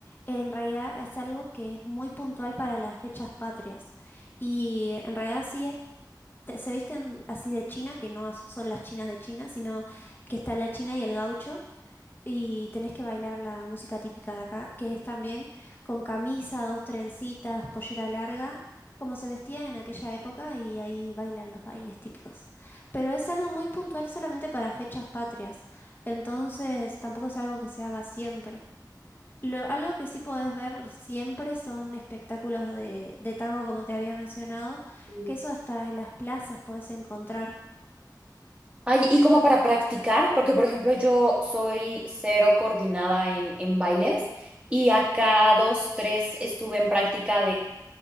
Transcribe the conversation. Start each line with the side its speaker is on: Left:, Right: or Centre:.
Left: en realidad es algo que es muy puntual para las fechas patrias. Y en realidad sí es te- se visten así de China, que no as- son las chinas de China, sino que está la china y el gaucho, y tenés que bailar la música típica de acá, que es también con camisa, dos trencitas, pollera larga, como se vestía en aquella época, y ahí bailan los bailes típicos. Pero es algo muy puntual solamente para fechas patrias, entonces tampoco es algo que se haga siempre. Lo- algo que sí podés ver siempre son espectáculos de, de tango, como te había mencionado,
Right: Sí.
Left: que eso hasta en las plazas podés encontrar.
Right: Ay, y como para practicar, porque por ejemplo yo soy cero coordinada en, en bailes y acá dos, tres estuve en práctica